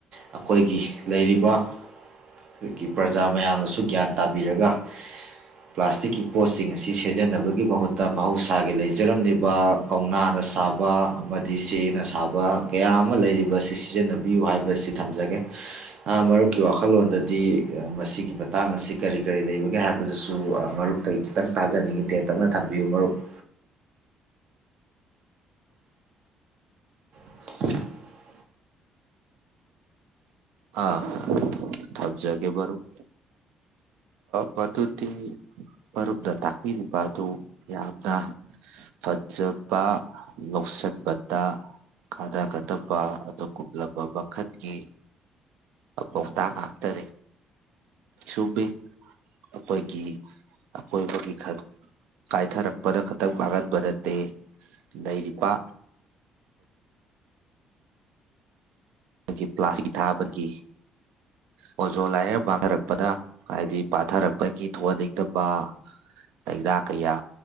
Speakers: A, on the right (about 55°); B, on the right (about 85°).
A: ꯑꯩꯈꯣꯏꯒꯤ ꯂꯩꯔꯤꯕ ꯑꯩꯈꯣꯏꯒꯤ ꯄ꯭ꯔꯖꯥ ꯃꯌꯥꯝꯅꯁꯨ ꯒ꯭ꯌꯥꯟ ꯇꯥꯕꯤꯔꯒ ꯄ꯭ꯂꯥꯁꯇꯤꯛꯀꯤ ꯄꯣꯠꯁꯤꯡ ꯑꯁꯤ ꯁꯤꯖꯤꯟꯅꯕꯒꯤ ꯃꯍꯨꯠꯇ ꯃꯍꯧꯁꯥꯒꯤ ꯂꯩꯖꯔꯝꯂꯤꯕ ꯀꯧꯅꯥꯅ ꯁꯥꯕ ꯑꯃꯗꯤ ꯆꯦꯅ ꯁꯥꯕ ꯀꯌꯥ ꯑꯃ ꯂꯩꯔꯤꯕ ꯑꯁꯤ ꯁꯤꯖꯤꯟꯅꯕꯤꯌꯨ ꯍꯥꯏꯕꯁꯤ ꯊꯝꯖꯒꯦ ꯃꯔꯨꯞꯀꯤ ꯋꯥꯈꯜꯂꯣꯟꯗꯗꯤ ꯃꯁꯤꯒꯤ ꯃꯇꯥꯡ ꯑꯁꯤ ꯀꯔꯤ ꯀꯔꯤ ꯂꯩꯕꯒꯦ ꯍꯥꯏꯕꯗꯨꯁꯨ ꯃꯔꯨꯞꯇꯒꯤ ꯈꯤꯇꯪ ꯇꯥꯖꯅꯤꯡꯉꯤ ꯇꯦꯟꯇꯛꯅ ꯊꯝꯕꯤꯌꯨ ꯃꯔꯨꯞ <inaudible> <inaudible>
B: ꯑꯥ ꯊꯝꯖꯒꯦ ꯃꯔꯨꯞ ꯃꯗꯨꯗꯤ ꯃꯔꯨꯞꯅ ꯇꯥꯛꯄꯤꯔꯤꯕ ꯑꯗꯨ ꯌꯥꯝꯅ ꯐꯖꯕ ꯅꯣꯛꯁꯠꯄꯇꯥ ꯀꯥꯟꯅꯒꯗꯕ ꯑꯗꯨꯒꯨꯝꯂꯕ ꯃꯈꯜꯒꯤ ꯄꯥꯎꯇꯥꯛ ꯉꯥꯛꯇꯗꯤ ꯁꯨꯕꯤ ꯑꯩꯈꯣꯏꯒꯤ ꯑꯀꯣꯏꯕꯒꯤ ꯀꯥꯏꯊꯔꯛꯄꯗ ꯈꯛꯇꯪ ꯃꯥꯡꯒꯟꯕ ꯅꯠꯇꯦ ꯂꯩꯔꯤꯕ ꯃꯥ ꯄ꯭ꯂꯥꯁꯀꯤ ꯊꯥꯕꯒꯤ ꯑꯣꯖꯣ ꯂꯥꯏꯔ ꯃꯥꯡꯊꯔꯛꯄꯅ ꯍꯥꯏꯕꯗꯤ ꯄꯥꯊꯔꯛꯄꯒꯤ ꯊꯣꯛꯍꯟꯅꯤꯡꯗꯕ ꯇꯩꯗꯥꯥꯛ ꯀꯩꯌꯥ